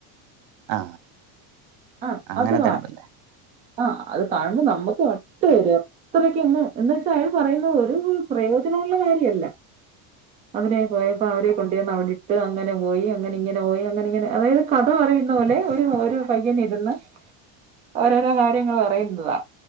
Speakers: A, on the right; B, on the right.
A: ആ
B: ആഹ്
A: അങ്ങനത്തെ
B: അത് കാ
A: ഉണ്ടല്ലേ
B: ആഹ് അത് കാണുമ്പം നമ്മക്ക് വട്ട് വരാ ഇത്രയ്ക്കങ്ങ് എന്നച്ചാ അയാൾ പറയുന്നത് ഒരു ഉപയോ പ്രയോജനോള്ള കാര്യവല്ല അതിലെ പോയപ്പോ അവരെ കൊണ്ട് ചെന്ന് അവിടിട്ട് അങ്ങനെ പോയി അങ്ങനിങ്ങനെ പോയി അങ്ങനിങ്ങനെ അതായത് കഥ പറയുന്ന പോലെ ഒരു ഒരു പയ്യൻ ഇരുന്ന് ഓരോരോ കാര്യങ്ങള് പറയുന്നതാ